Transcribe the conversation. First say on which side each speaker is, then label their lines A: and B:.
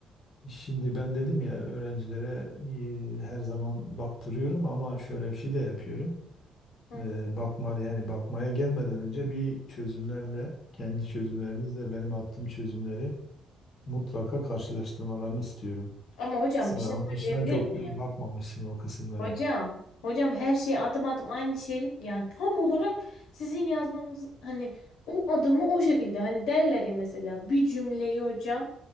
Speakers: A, on the left (about 50°); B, on the left (about 85°).
A: şimdi ben dedim ya öğrencilere e, her zaman baktırıyorum ama şöyle bir şey de yapıyorum.
B: Hı.
A: E, bakma yani bakmaya gelmeden önce bir çözümlerle kendi çözümlerinizle benim attığım çözümleri mutlaka karşılaştırmalarını istiyorum.
B: Ama hocam
A: Sen
B: bir şey
A: anlaşılan
B: söyleyebilir
A: çok
B: miyim?
A: e, bakmamışsın o kısımlara.
B: Hocam, hocam her şey adım adım aynı şey yani tam olarak sizin yazmamız hani o adımı o şekilde hani derler ya mesela bir cümleyi hocam